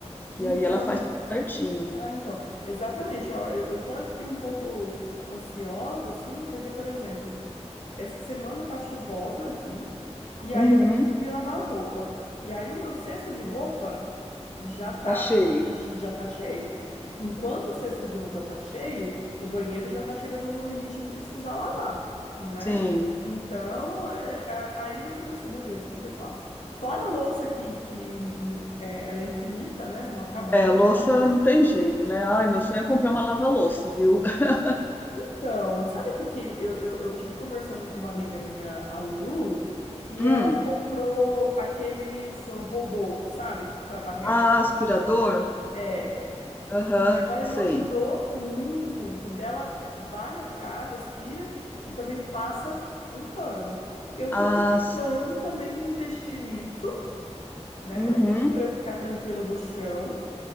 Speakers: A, on the left; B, on the left.
A: Que
B: Então,
A: aí ela faz tudo certinho.
B: ah, então, exatamente. Ó, eu, eu tô aqui um pouco ansiosa, assim, porque, por exemplo, essa semana tá chuvosa aqui, e aí
A: Uhum,
B: eu não consegui lavar a roupa. E aí o meu cesto de roupa. já tá
A: tá cheio.
B: já tá cheio. E enquanto o cesto de roupa tá cheio, o banheiro já tá chegando no limite de precisar lavar, né?
A: Sim.
B: Então, é, a- aí eu fico assim, meu Deus, o que que eu faço? Fora a louça que, que hum, é, ela é infinita, né? Não acaba
A: É,
B: nunca.
A: louça não tem jeito, né? Ai, meu sonho é comprar uma lava-louça, viu? <laughs>
B: Então, sabe o que que eu, eu, eu tive conversando com uma amiga minha, a Lulu, e
A: Hum,
B: ela comprou aqueles robôs, sabe, para varrer
A: ah,
B: a casa.
A: aspirador?
B: É,
A: Aham,
B: Ela elogiou
A: sei.
B: muito, muito. O Dela varre a casa, aspira e também passa um pano. Eu
A: Ah,
B: tô pensando
A: s-
B: também em investir nisso, né?
A: uhum.
B: Pelo menos para eu ficar tranquila do chão,